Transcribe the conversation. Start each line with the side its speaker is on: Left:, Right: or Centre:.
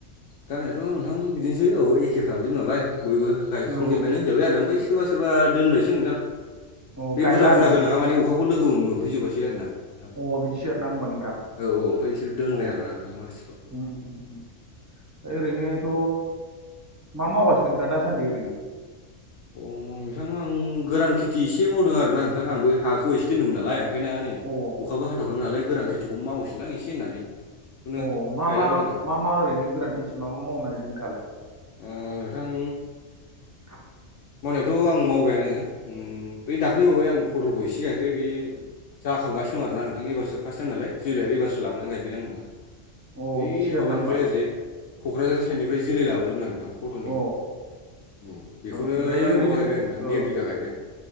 Left: गामियाथ' नोंथां बिदिनोसै औ एखेफ्रामजोब नालाय बयबो गायखांजोबबायानो
Right: औ
Left: होनजाबाय आरो ओमफाय सोरबा सोरबा दोनबायसो नोंथां
Right: औ अ
Left: बे
Right: गायला
Left: बुरजा
Right: आरो
Left: बुरजा गोनाङा माने अखाखौ लोगोबो मोन फुजोबासै आरो ना नोंथां
Right: अ बिदिसो आरोना होमबा नोंथां
Left: औ औ ओमफाय बिसोर दोनबाय
Right: अ
Left: आरो ना नोंथां माखासेखौ।
Right: ओम ओम ओरैनोथ' मा मावगासिनो नोंथाङा दासान्दि ओरैनो?
Left: अ नोंथां आं गोरान खेथि एसे मावदों आरो ना नोंथां आंबो हाखौ एस दोनोमोन नालाय ओमफाय ना नै
Right: अ
Left: अखाबो हाथायाखैमोन नालाय गोरान खेथिखौ मावसैलां एसे होननानै बेखौनो
Right: अ मा
Left: गायलाबायदोंमोन
Right: मा मा मा ओरैनो गोरान खेथि मा मा मावनो नागिरदों नोंथाङालाय
Left: ओ नोंथां
Right: <inaudible>
Left: मावनायाथ' आं मावबायानो ओम बै दाख्लैबावै आं फटलखौ एसे फैयाखै बे जाखांगासिनो दं आरो ना नोंथां एबारसो फार्ट टाइम नालाय जोलैयाबो एबारसो लाबोनानै गायफैदां आं नों
Right: अ
Left: बै
Right: बिदिसो आरोना
Left: माबानिफ्राय
Right: होमबा अ
Left: ओरैजाय कक्राझार साइडनिफ्राय जोलै लाबोदोंमोन आं नोंथां पटलनिखौ
Right: ओ
Left: ओ बेखौनो
Right: ओमफ्राय ओरैनो
Left: माबा गायबाय आं नोंथां
Right: ओ
Left: देर बिघा गायबाय आं।